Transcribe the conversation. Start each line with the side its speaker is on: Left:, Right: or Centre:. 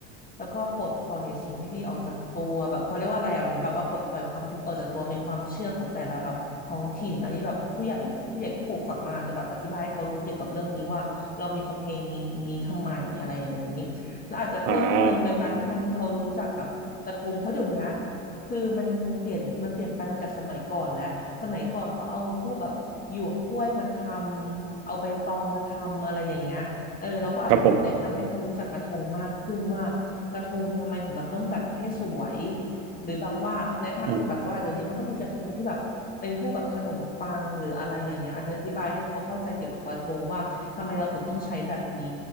Left: แล้วก็ปลดปล่อยสิ่งไม่ดีออกจากตัวแบบเขาเรียกว่าอะไรอ่ะเหมือนแบบว่าปลดปล่อยความทุกข์ออกจากตัวเป็นความเชื่อของแต่ละแบบท้องถิ่นอันนี้แบบผู้ใหญ่ผู้ใหญ่ก็ปลูกฝังมาจะแบบอธิบายให้เขารู้เกี่ยวกับเรื่องนี้ว่าเรามีประเพณีนี้ทำไมอะไรอย่างนี้แล้วอาจจะเพิ่มเติมโดยการที่ทำให้เขารู้จักแบบกระทงเพราะเดี๋ยวนี้
Right: อ่า
Left: คือมันมันเปลี่ยนมันเปลี่ยนไปมาจากสมัยก่อนแล้วสมัยก่อนเขาเอาพวกแบบหยวกกล้วยมาทำเอาใบตองมาทำอะไรอย่างเงี้ย เออเราก็อาจจะแบบแนะนำให้เขารู้จักกระทงมากขึ้นว่ากระทงทำไมถึงแบบต้องจัดให้สวย
Right: ครับผม
Left: หรือแบบว่าในทางแบบว่าเดี๋ยวนี้มันก็มีกระทงที่แบบเป็นพวกแบบขนมปังหรืออะไรอย่างเงี้ยอาจจะอธิบายให้เขาเข้าใจเกี่ยวกับกระทงว่าทำไมเราถึงต้องใช้แบบนี้
Right: อม